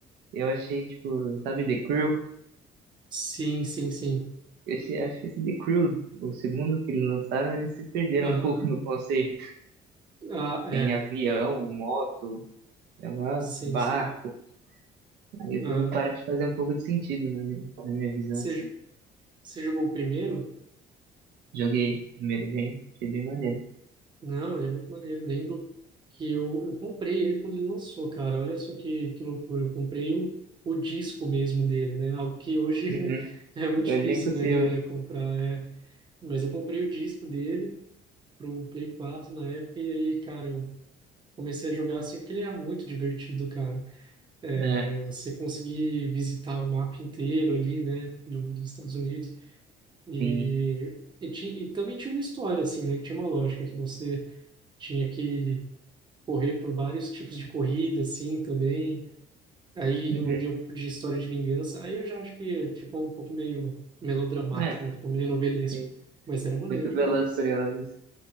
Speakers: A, on the right; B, on the right.
A: Eu achei, tipo, sabe, The Crew?
B: Sim, sim, sim.
A: Esse, acho que esse The Crew, o segundo que eles lançaram, eles se perderam
B: Ah,
A: um pouco no conceito.
B: ah, é.
A: Tem avião, moto, é uma
B: Sim,
A: barco.
B: sim.
A: Aí o
B: Ah,
A: jogo para de fazer um pouco de sentido na minha, na minha visão,
B: você,
A: assim.
B: você jogou o primeiro?
A: Joguei primeiro bem, achei bem maneiro.
B: Não, ele é muito maneiro. Lembro que eu, eu comprei ele quando ele lançou, cara. Olha só que, que loucura. Eu comprei o, o disco mesmo dele, né? Algo que hoje
A: Uhum.
B: <laughs> é muito difícil,
A: Hoje é impossível.
B: né, galera, comprar. é. Mas eu comprei o disco dele pro Play 4 na época e aí, cara, eu comecei a jogar assim porque ele é muito divertido, cara. É,
A: É,
B: você conseguir visitar o mapa inteiro ali, né, do, dos Estados Unidos. E,
A: sim.
B: e, ti- e também tinha uma história, assim, né, que tinha uma lógica que você tinha que correr por vários tipos de corrida, assim, também. Aí envolvia
A: Uhum.
B: um pouco de história de vingança. Aí eu já acho que ficou um pouco meio melodramático,
A: É,
B: né? Ficou meio novelesco.
A: sim.
B: Mas era maneiro
A: Muito
B: demais.
A: Velozes e Furiosos.